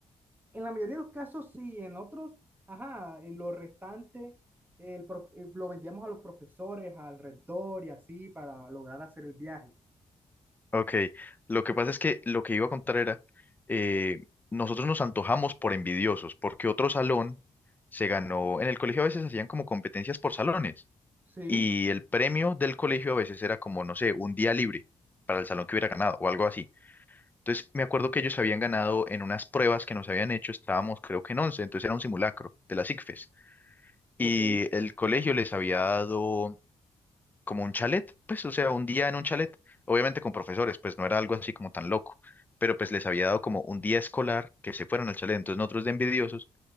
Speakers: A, on the right; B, on the left.
A: En la mayoría de los casos sí, en otros, ajá, en lo restante el pro- eh, lo vendíamos a los profesores, al rector y así para lograr hacer el viaje.
B: Ok, lo que pasa es que lo que iba a contar era, eh, nosotros nos antojamos por envidiosos, porque otro salón se ganó, en el colegio a veces hacían como competencias por salones,
A: Sí,
B: y el premio del colegio a veces era como, no sé, un día libre para el salón que hubiera ganado o algo así. Entonces me acuerdo que ellos habían ganado en unas pruebas que nos habían hecho, estábamos creo que en 11, entonces era un simulacro de las ICFES,
A: ok.
B: y el colegio les había dado como un chalet, pues, o sea, un día en un chalet, obviamente con profesores, pues no era algo así como tan loco, pero pues les había dado como un día escolar que se fueron al chalet, entonces nosotros de envidiosos